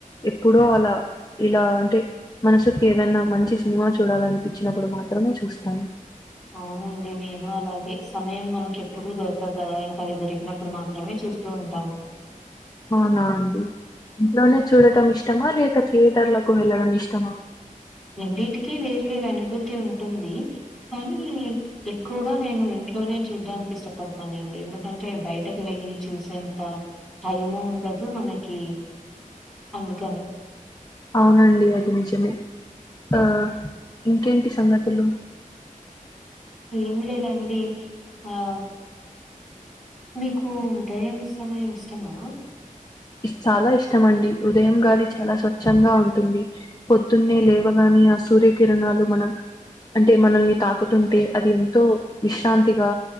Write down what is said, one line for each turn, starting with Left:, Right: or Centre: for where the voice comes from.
Left: ఎప్పుడో అలా ఇలా అంటే మనసుకి ఏదైనా మంచి సినిమా చూడాలనిపించినప్పుడు మాత్రమే చూస్తాను
Centre: అవునండి నేను అలాగే సమయం మనకేప్పుడూ దొరకదు కదా ఇంక అది దొరికినప్పుడు మాత్రమే చూస్తూ ఉంటాము
Left: అవునా అండి ఇంట్లోనే చూడటం ఇష్టమా లేక థియేటర్లకు వెళ్ళడం ఇష్టమా
Centre: రెండిటికీ వేరు వేరు అనుభూతి ఉంటుంది కానీ ఎక్కువగా నేను ఇంట్లోనే చూడ్డానికి ఇష్టపడతానండి ఎందుకంటే బయటకు వెళ్ళి చూసేంత టైము ఉండ డదు మనకి అందుకని
Left: అవునండి అది నిజమే ఆ ఇంకేంటి సంగతులు
Centre: ఏం లేదండి ఆ మీకు ఉదయం సమయం ఇష్టమా
Left: చాలా ఇష్టంమండి ఉదయం గాలి చాలా స్వచ్ఛంగా ఉంటుంది పొద్దున్నే లేవగా ఆ సూర్యకిరణాలు మనం అంటే మనల్ని తాకుతుంటే అది ఎంతో విశ్రాంతిగా